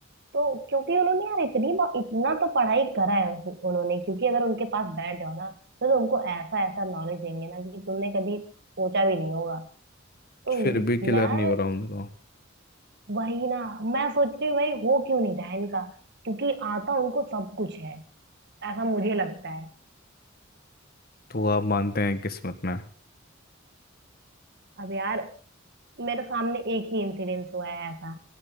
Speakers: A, on the right (about 55°); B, on the left (about 50°).
A: तो क्योंकि उन्होंने यार इतनी ब- इतना तो पढ़ाई करा है उस- उन्होंने क्योंकि अगर उनके पास बैठ जाओ ना तो तुमको ऐसा ऐसा नॉलेज देंगे ना कि तुमने कभी सोचा भी नहीं होगा तो
B: फिर भी क्लियर
A: मैं
B: नहीं हो रहा उनका
A: वही ना मैं सोचती हूँ भाई हो क्यों नहीं रहा है इनका क्योंकि आता उनको सब कुछ है ऐसा मुझे लगता है
B: तो आप मानते हैं किस्मत में
A: अब यार मेरे सामने एक ही इंसिडेंस हुआ है ऐसा